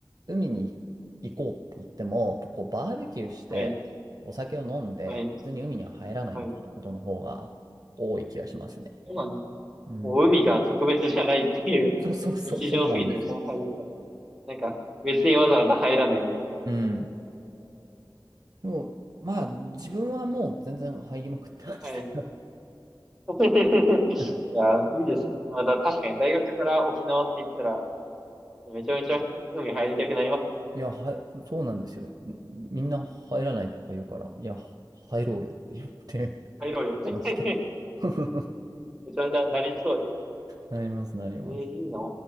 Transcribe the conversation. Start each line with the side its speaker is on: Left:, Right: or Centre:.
Right: 海に行こうって言っても、こうバーベキューしてお酒を飲んで、
Centre: はい。はい。
Right: 別に海には入らないみたいなことの方が多い気がしますね。
Centre: はい。そうなんです。
Right: うん。
Centre: もう海が特別じゃないっていう、
Right: <laughs> そうそうそう、
Centre: 日常すぎてみたいな感じですから
Right: そうなんですよ。
Centre: なんか、別にわざわざ入らないみたい
Right: うん。でも、まあ、自分はもう全然入りまくってましたけど。
Centre: な。はい。<laughs> いや、
Right: <laughs>
Centre: いいですね。また確かに大学から沖縄って言ったら、めちゃめちゃ海入りたくなります。
Right: いや、はい、そうなんですよ。みんな入らないとか言うから、いや、入ろうよって言って
Centre: 入ろうよって
Right: ましたけど。
Centre: <laughs>
Right: <laughs>
Centre: めちゃめちゃなりそうです。
Right: なります、なります。
Centre: ええいいな。